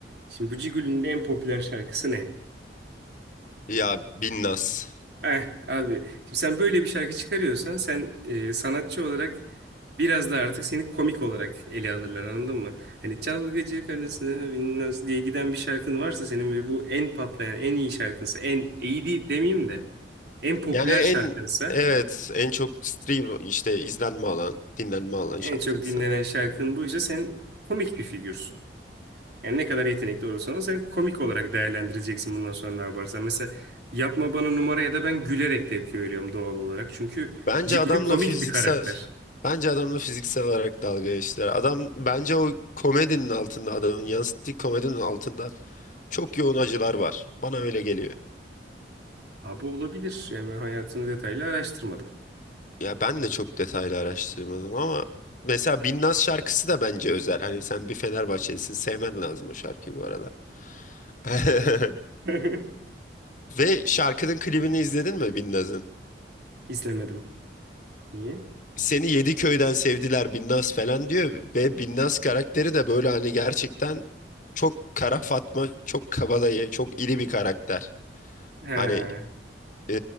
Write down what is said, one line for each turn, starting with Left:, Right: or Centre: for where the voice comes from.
Right: Şimdi bu Cigül'ün en popüler şarkısı ne?
Left: Ya Binnaz.
Right: Eh, abi şimdi sen böyle bir şarkı çıkarıyorsan sen e, sanatçı olarak biraz da artık seni komik olarak ele alırlar anladın mı? Hani çalgıcı karısına bilmez diye giden bir şarkın varsa senin ve bu en patlayan en iyi şarkınsa en iyi değil demeyeyim de en popüler
Left: Yani en
Right: şarkınsa
Left: evet en çok stream işte izlenme alan, dinlenme alan
Right: en
Left: şarkısı.
Right: çok dinlenen şarkın buysa sen komik bir figürsün. Yani ne kadar yetenekli olursan ol sen komik olarak değerlendireceksin bundan sonra ne yaparsan. Mesela yapma bana numara ya da ben gülerek tepki veriyorum doğal olarak. Çünkü
Left: Bence
Right: Ciguli
Left: adamla
Right: komik
Left: fiziksel
Right: bir karakter.
Left: bence adamla fiziksel olarak dalga geçtiler. Adam bence o komedinin altında adamın yansıttığı komedinin altında çok yoğun acılar var. Bana öyle geliyor.
Right: Abi olabilir. Yani ben hayatını detaylı araştırmadım.
Left: Ya ben de çok detaylı araştırmadım ama mesela Binnaz şarkısı da bence özel. Hani sen bir Fenerbahçelisin sevmen lazım o şarkıyı bu arada. <laughs>
Right: <laughs>
Left: Ve şarkının klibini izledin mi Binnaz'ın?
Right: İzlemedim. Niye?
Left: seni yedi köyden sevdiler Binnaz falan diyor ve Binnaz karakteri de böyle hani gerçekten çok kara Fatma, çok kabadayı, çok iri bir karakter.
Right: He.
Left: Hani e,